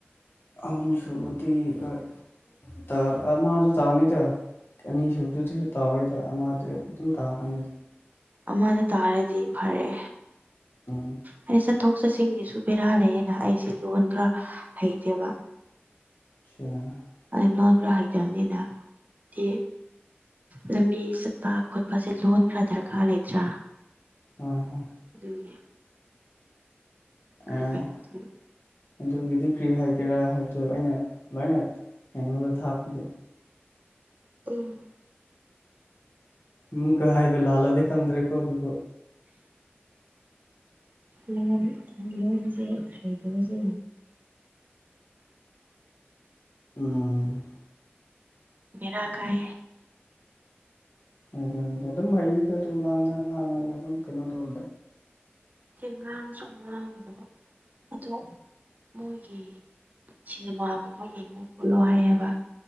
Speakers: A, on the left (about 65°); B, on the right (about 45°).
A: ꯑꯍꯨꯝ ꯁꯨꯕꯗꯤ ꯑꯥ ꯇꯥ ꯑꯃꯥꯗꯨ ꯇꯥꯅꯤꯗ ꯑꯅꯤꯁꯨꯨꯕꯗꯨꯗꯤꯁꯨ ꯇꯥꯔꯣꯏꯗ ꯑꯃꯗ ꯑꯗꯨꯝ ꯇꯥꯔꯀꯅꯤꯗ
B: ꯑꯃꯗ ꯇꯥꯔꯗꯤ ꯐꯔꯦ
A: ꯎꯝ
B: ꯑꯩ ꯆꯠꯊꯣꯛ ꯆꯠꯁꯤꯒꯤꯁꯨ ꯕꯦꯔꯥ ꯂꯩꯑꯅ ꯑꯩꯁꯦ ꯂꯣꯟ ꯈꯔ ꯍꯩꯇꯦꯕ
A: <unintelligible>
B: ꯑꯗꯨ ꯂꯣꯟꯁꯨ ꯍꯩꯇꯝꯅꯤꯅ ꯇꯤ ꯂꯝꯕꯤ ꯆꯠꯄ ꯈꯣꯠꯄꯁꯦ ꯂꯣꯟ ꯈꯔ ꯗꯔꯀꯥꯔ ꯂꯩꯇ꯭ꯔꯥ
A: ꯍꯣꯏ ꯍꯣꯏ
B: ꯑꯗꯨꯒꯤ ꯈꯔ
A: ꯑꯦ
B: ꯀꯩꯅꯣ ꯇꯧꯋꯦ
A: ꯑꯗꯨꯒꯤꯗꯤ ꯀꯔꯤ ꯍꯥꯏꯒꯦꯔꯥ ꯍꯥꯏꯕꯗꯣ ꯑꯩꯅ ꯂꯣꯏꯅ ꯀꯩꯅꯣꯗ ꯊꯥꯕꯤꯒꯦ
B: ꯎꯝ
A: ꯎꯝ ꯀ ꯍꯥꯏꯕ ꯂꯥꯜꯂꯗꯤ ꯈꯪꯗ꯭ꯔꯦꯀꯣ ꯑꯗꯨꯕꯨ
B: ꯂꯣꯟ ꯂꯣꯟꯁꯦ ꯍꯩꯇꯕꯁꯦ
A: ꯎꯝ
B: ꯕꯦꯔꯥ ꯀꯥꯏ
A: ꯑꯥ ꯑꯗꯨꯝ ꯍꯩꯅꯤꯗ ꯑꯗꯨꯝ ꯉꯥꯡꯉ ꯉꯥꯉꯒ ꯑꯗꯨꯝ ꯀꯩꯅꯣ ꯇꯧ
B: ꯍꯦ ꯉꯥꯡꯁꯨ ꯉꯥꯡꯗꯕ ꯑꯗꯣ ꯃꯣꯏꯒꯤ ꯁꯤꯅꯦꯃꯥꯒꯨꯝꯕ ꯌꯦꯡꯉꯣ ꯈꯣꯠꯂꯣ ꯍꯥꯏꯌꯦꯕ